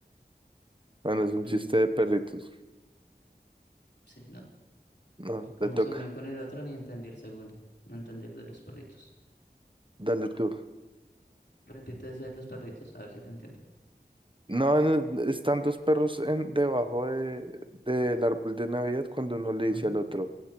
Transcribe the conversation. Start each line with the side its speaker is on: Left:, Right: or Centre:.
Right: Bueno, es un
Left: Mm,
Right: chiste de perritos.
Left: sí, no.
Right: No,
Left: Como
Right: le toca.
Left: se unió con el otro, ni entendí el segundo. No entendí el de los perritos.
Right: Dale tú.
Left: Repite ese de los perritos, a ver si lo entiendo.
Right: No, no, están dos perros en, debajo de, del árbol de Navidad cuando uno le dice
Left: Ajá.
Right: al otro,